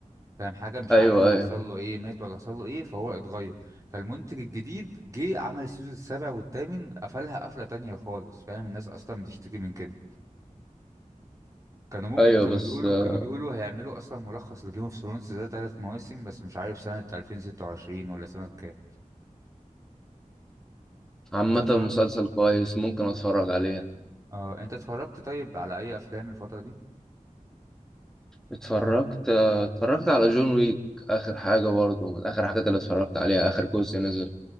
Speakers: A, on the right (about 25°); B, in the centre.
A: فاهم حاجه مش
B: ايوه
A: عارف
B: ايوه
A: حصل له ايه مات ولا حصل له ايه فهو اتغير فالمنتج الجديد جه عمل السيزون السابع والثامن قفلها قفله تانية خالص فاهم الناس اصلا بتشتكي من كده كانوا ممكن
B: ايوه
A: كانوا
B: بس
A: بيقولوا
B: آه،
A: كانوا بيقولوا هيعملوا اصلا ملخص لجيم اوف ثرونز ده ثلاث مواسم بس مش عارف سنه 2026 ولا سنه كام
B: عامه
A: انت اتفرج
B: مسلسل كويس ممكن اتفرج عليه
A: اه انت اتفرجت طيب على اي افلام الفتره دي
B: اتفرجت آه، اتفرجت على جون ويك اخر حاجه برضه من اخر حاجات اللي اتفرجت عليها اخر جزء نزل